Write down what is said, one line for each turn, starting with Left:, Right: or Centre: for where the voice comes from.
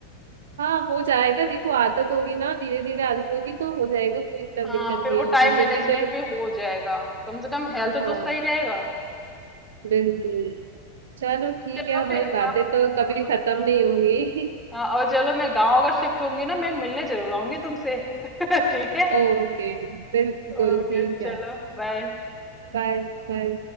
Right: हाँ हो जाएगा देखो आदत होगी ना धीरे धीरे आदत होगी तो हो जाएगा कोई इतना
Centre: हाँ
Right: दिक्कत
Centre: फिर
Right: नहीं
Centre: वो
Right: है और
Centre: टाइम
Right: मुझे
Centre: मैनेजमेंट
Right: भी तो
Centre: भी हो जाएगा कम से कम हेल्थ
Right: हाँ
Centre: तो सही रहेगा
Right: बिल्कुल चलो ठीक
Centre: चलो
Right: है हमारी
Centre: फिर
Right: बातें तो कभी
Centre: हाँ
Right: खत्म नहीं होंगी
Centre: हाँ और चलो मैं गांव अगर शिफ्ट होंगी ना मैं मिलने जरूर आऊंगी तुमसे <laughs> ठीक है
Right: <laughs> ओके बिल्कुल
Centre: ओके
Right: ठीक
Centre: चलो
Right: है
Centre: बाय
Right: बाय बाय